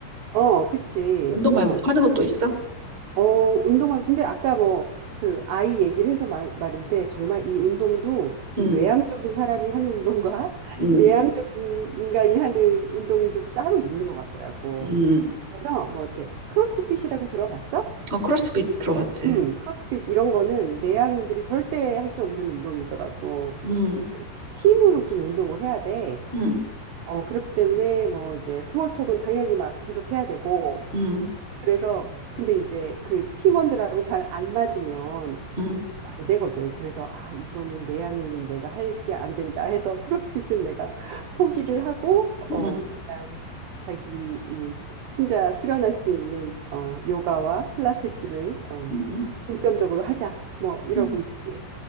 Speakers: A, on the right (about 85°); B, on the right (about 45°).
A: 어, 그치.
B: 운동
A: 어,
B: 말고 뭐 하는 것도 있어?
A: 어, 운동할. 근데 아까 뭐 그 아이 얘기를 해서 말, 말인데 정말 이 운동도 이
B: 응,
A: 외향적인 사람이 하는 운동과 <laughs>
B: 응,
A: 내향적인 인간이 하는 운동이 좀 따로 있는 것 같더라고.
B: 응.
A: 그래서 뭐 이렇게 크로스핏이라고 들어봤어?
B: 어, 크로스핏 들어봤지.
A: 음, 음. 크로스핏 이런 거는 내향인들이 절대 할 수 없는 운동이더라고.
B: 응,
A: 그래서 이렇게 팀으로 좀 운동을 해야 돼.
B: 응,
A: 어, 그렇기 때문에 뭐 이제 스몰 톡은 당연히 막 계속 해야 되고
B: 응,
A: 그래서 근데 이제 그 팀원들하고 잘 안 맞으면
B: 응,
A: 좀 안 되거든. 그래서 아, 이거는 내향인인 내가 할 게 안 된다 해서 크로스핏은 내가 <laughs> 포기를 하고 어
B: 응.
A: 그냥 자기 이 혼자 수련할 수 있는 어 요가와 필라테스를 어
B: 응,
A: 중점적으로 하자. 뭐 이러고
B: 음.
A: 있지.